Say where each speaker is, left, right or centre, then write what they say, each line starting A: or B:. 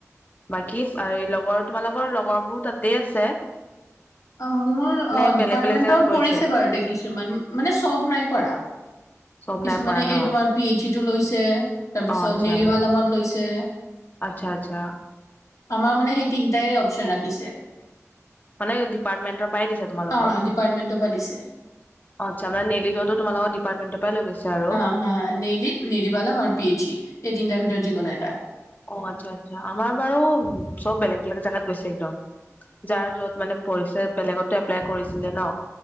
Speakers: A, on the left; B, on the left.
A: বাকী হেই লগৰ তোমালোকৰ লগৰ বোৰো তাত তে আছে।
B: অ', মোৰ অ',
A: নে বেলেগ
B: ডিপাৰ্টমেন্টৰ
A: বেলেগ জেগাত কৰিছে
B: পৰিছে বাৰুতে কিছুমান, মানে চব নাই পৰা।
A: চব
B: কিছুমানে
A: নাই পৰা ন
B: এই তোমাৰ পি এইচিটো লৈছে। তাৰপিছত,
A: অ আচ্ছা
B: নেৰিৱালামত লৈছে।
A: আচ্ছা আচ্ছা
B: আমাৰ মানে সেই তিন টায়ে অপশ্যন ৰাখিছে।
A: মানে ডিপাৰ্টমেন্টৰ পৰাই দিছে তোমালোকৰ।
B: অ',
A: আচ্ছা,
B: ডিপাৰ্টমেন্টৰ পৰা দিছে।
A: মানে নেৰিৱালমত তোমালোকৰ ডিপাৰ্টমেটৰ পৰা লৈ গৈছে আৰু।
B: হয়, নেলিত নেৰীৱালম আৰু পি এছ ই এই তিনিটাৰ ভিতৰত যিকোনো এটা।
A: অ', আচ্ছা, আচ্ছা আমাৰ বাৰু চব বেলেগ, বেলেগ জেগাত গৈছে একদম। যাৰ যত মানে পঢ়িছে বেলেগতো এপ্লাই কৰিছিলে ন,